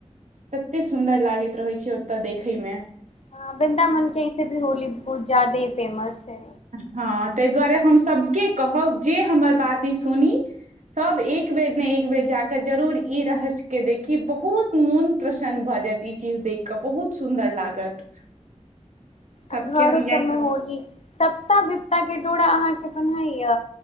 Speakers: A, on the right (about 80°); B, on the left (about 60°).
A: तते सुन्दर लागैत रहैत छै ओतऽ देखै में।
B: हँ, वृन्दावन के इे भी होली बहुत जादे फेमस। छै
A: हँ। ताहि दुआरे हम सभके कहब जे हमर बात ई सुनी सभ एक बेर ने एक बेर जाकऽ जरूर ई रहस्यके देखी बहुत मोन प्रसन्न भऽ जायत ई चीज देख कऽ बहुत सुन्दर लागत।
B: अ
A: सबके
B: घरो
A: हम इएह
B: सबमें
A: कहब
B: होली सब। सप्ता -विपता के डोरा अहाँ के बनाई।